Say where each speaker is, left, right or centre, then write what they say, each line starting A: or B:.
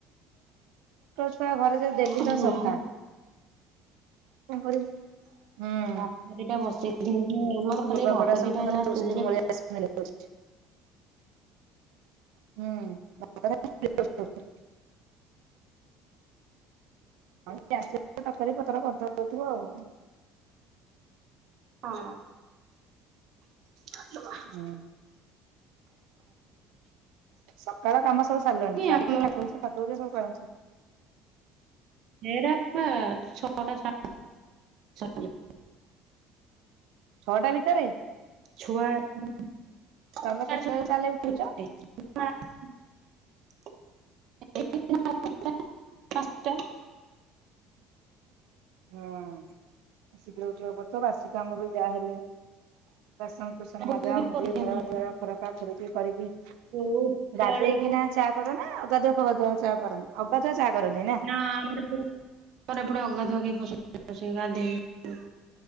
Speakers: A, on the right; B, on the right.
A: ଛୁଆ ଘରେ ଯେ ଢେଲି
B: ସେମିତି
A: ତ ସଫା। କଣ କରିବୁ ହୁଁ।
B: <unintelligible> <unintelligible> ମୋର ଖାଲି
A: ଲୁଗାପଟା
B: ଭାତ
A: ସବୁ
B: ଦିଟା
A: ଖାଲି
B: ଯାହା
A: ଉଷୁମଳିଆ
B: ଚୁଲିରେ
A: ସ୍ମେଲ ହଉଛି। ହୁଁ <unintelligible> <unintelligible>
B: ହଁ ମା ଲୋ ମା।
A: ହୁଁ ସକାଳ କାମ ସବୁ ସାରିଲାଣି ଡାଡିକି
B: ଆମର
A: ଠାକୁପୁଜା ଫାକୁର ପୁଜା ସବୁୁ ସ ସବ୍
B: ହେରାପା ଛଅଟା <unintelligible>
A: ଛଅଟା ଭିତରେ
B: ଛୁଆ <unintelligible>
A: ତମେ କେତେଟାରେ ତାହେଲେ ଉଠୁଛ?
B: <unintelligible> <unintelligible>
A: ହଁ ଶୀଘ୍ର ଉଠିବାକୁ ପଡୁଥିବ ବାସିକାମ ବି ଯାହାହେଲେ ବାସ ସନମଜା
B: ବୋଉ ବି
A: ମୁଜି
B: କରିଛନ୍ତି
A: ଘର ଦ୍ଵାର ଖରକା ଖରକି କରିକିଣି
B: ବୋଉ ବେଳକୁ
A: ଗାଧେଇକିନା ଚାହା କର ନା ଅଗାଧୁଆ ଫୁଗାଧୁଆ ଚା କରନ୍ତି ଅଗାଧୁଆ ଚାହା କରନି ନା।
B: ହଁ ଆମର ଏପଟେ ଅଗାଧୁଆ <unintelligible> ସେଇ ଗାଧୋଇ